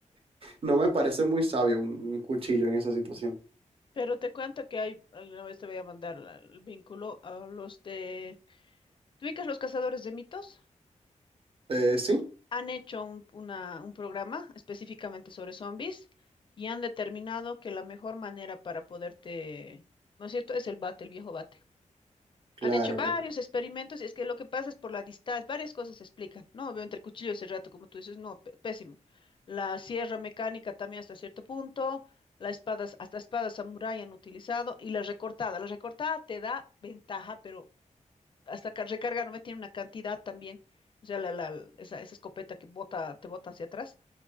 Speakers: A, on the right; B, on the left.
A: no me parece muy sabio un, un cuchillo en esa situación.
B: Pero te cuento que hay, alguna vez te voy a mandar la- el vínculo a los de... ¿Te ubicas los cazadores de mitos?
A: Eh, sí,
B: Han hecho un, una- un programa específicamente sobre zombies y han determinado que la mejor manera para poderte, ¿no es cierto? Es el bate, el viejo bate.
A: claro,
B: Han hecho varios
A: claro.
B: experimentos y es que lo que pasa es por la distancia, varias cosas se explican, ¿no? Obviamente el cuchillo de cerrato, como tú dices, no, pe- pésimo. La sierra mecánica también hasta cierto punto, las espadas, hasta espadas samurái han utilizado y la recortada. La recortada te da ventaja, pero hasta ca- recarga no me tiene una cantidad también. O sea, la, la- esa, esa escopeta que bota, te bota hacia atrás,